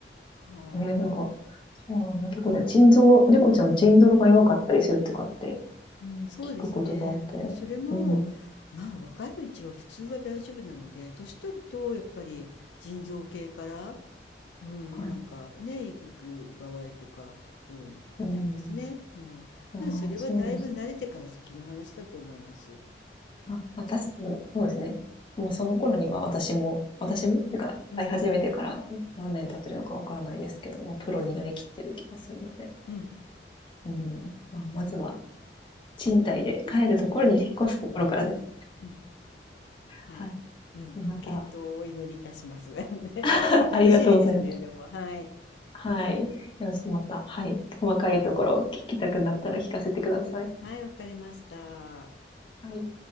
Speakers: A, on the left (about 85°); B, on the left (about 25°).
A: は
B: えー、なんか、ああ、結構ね、腎臓、猫ちゃんは腎臓が弱かったりするとかって
A: い。うん、そうですね。
B: 聞くことがあって。
A: うんそれも、
B: うん。
A: まあ若いうちは普通は大丈夫なので、年取るとやっぱり腎臓系から、うん、
B: はい。
A: なんかね、行く場合とか多いみたいですね。
B: うん。
A: うん。
B: ああ、
A: でもそれはだいぶ慣れてから先の話だと思います。
B: そうなんです。あ、まあ、確かに、
A: うん、
B: そうですね。もうその頃には私も、私もってか、
A: うん、
B: 飼い始めてから何年経ってるのかわからないですけど、もうプロになりきってる気がするので。
A: はい。うん、
B: うん。まあ、まずは、賃貸で帰るところに引っ越すところからです。
A: うん、はい、
B: はい。
A: うん、
B: また、
A: ご健闘をお祈りいたします。<laughs> ね、
B: あありがとうございます。
A: なんか楽しみですね、でも、はい。
B: はい。よろしくまた、はい。細かいところを聞きたくなったら聞かせてください。
A: はい、わかりました。
B: はい。